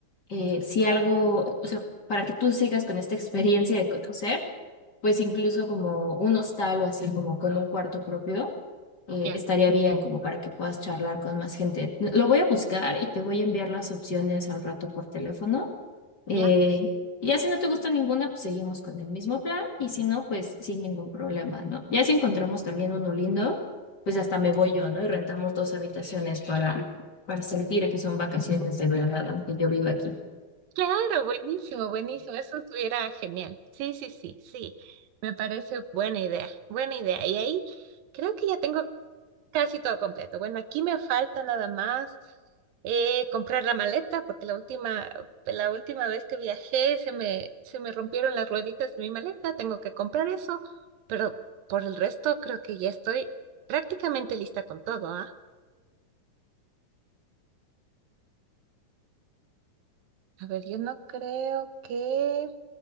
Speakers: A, on the left (about 35°); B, on the right (about 80°).
A: eh, si algo, o sea, para que tú sigas con esta experiencia de conocer, pues incluso como un hostal o así como con un cuarto propio, eh,
B: ya,
A: estaría bien como para que puedas charlar con más gente. Lo voy a buscar y te voy a enviar las opciones al rato por teléfono. Eh,
B: ya.
A: y ya si no te gusta ninguna, pues seguimos con el mismo plan y si no, pues sin ningún problema, ¿no? Ya si encontramos también uno lindo, pues hasta me voy yo, ¿no? Y rentamos dos habitaciones para, para sentir que son vacaciones de verdad, aunque yo viva aquí.
B: Claro, buenísimo, buenísimo. Eso estuviera genial. Sí, sí, sí, sí. Me parece buena idea, buena idea. Y ahí creo que ya tengo casi todo completo. Bueno, aquí me falta nada más eh, comprar la maleta, porque la última, la última vez que viajé se me, se me rompieron las rueditas de mi maleta. Tengo que comprar eso, pero por el resto creo que ya estoy prácticamente lista con todo, ¿ah? A ver, yo no creo que...